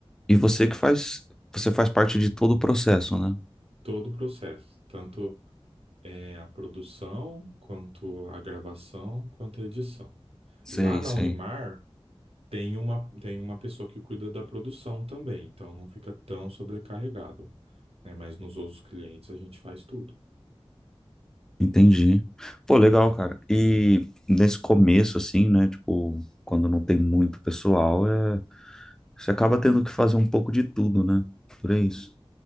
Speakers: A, in the centre; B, on the right.
A: e você que faz, você faz parte de todo o processo, né?
B: todo o processo, tanto. é, a produção, quanto a gravação, quanto a edição.
A: Sei,
B: Lá na
A: sei.
B: Unimar tem uma, tem uma pessoa que cuida da produção também, então não fica tão sobrecarregado, né? Mas nos outros clientes a gente faz tudo.
A: Entendi. Pô, legal, cara. E nesse começo, assim, né? Tipo, quando não tem muito pessoal, é... você acaba tendo que fazer um pouco de tudo, né? Por isso.